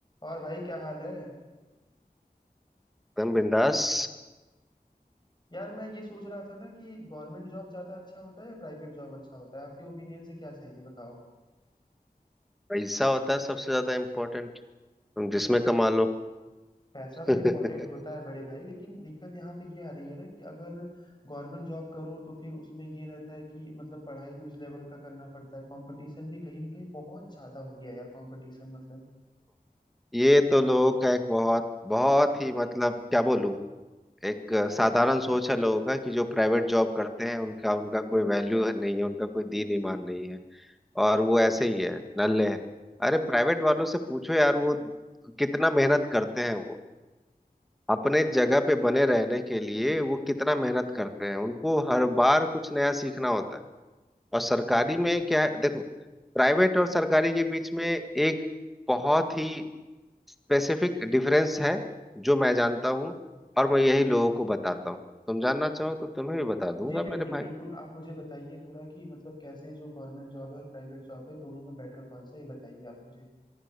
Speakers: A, on the left; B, in the centre.
A: और भाई क्या हाल है
B: एकदम बिंदास
A: यार मैं ये सोच रहा था ना कि गवर्नमेंट जॉब ज्यादा अच्छा होता है या प्राइवेट जॉब अच्छा होता है आपके ओपिनियन से क्या सही है बताओ
B: पैसा होता है सबसे ज्यादा इम्पोर्टेंट तुम जिसमें
A: यार
B: कमा लो
A: पैसा तो
B: <laughs>
A: इम्पोर्टेंट
B: देखो,
A: होता है बड़े भाई लेकिन दिक्कत यहाँ पे ये आ रही है ना कि अगर गवर्नमेंट जॉब करो तो फिर उसमें ये रहता है कि मतलब पढ़ाई भी उस लेवल का करना पड़ता है कंपटीशन भी कहीं ना कहीं बहुत ज्यादा हो गया यार कंपटीशन मतलब
B: ये तो लोगों का एक बहुत बहुत ही मतलब क्या बोलूं एक साधारण सोच है लोगों का कि जो प्राइवेट जॉब करते हैं उनका उनका कोई वैल्यू नहीं है उनका कोई दीन ईमान नहीं है और वो ऐसे ही है नल्ले हैं अरे प्राइवेट वालों से पूछो यार वो कितना मेहनत करते हैं वो अपने जगह पे बने रहने के लिए वो कितना मेहनत करते हैं उनको हर बार कुछ नया सीखना होता है और सरकारी में क्या है देखो प्राइवेट और सरकारी के बीच में एक बहुत ही स्पेसिफिक डिफरेंस है जो मैं जानता हूँ और मैं यही लोगों को बताता हूँ तुम जानना चाहो तो तुम्हें भी बता दूंगा
A: जी बिल्कुल
B: मेरे भाई
A: बिल्कुल आप मुझे बताइए थोड़ा कि मतलब कैसे जो गवर्नमेंट जॉब है और प्राइवेट जॉब है दोनों में बेटर कौन सा है, ये बताइए आप मुझे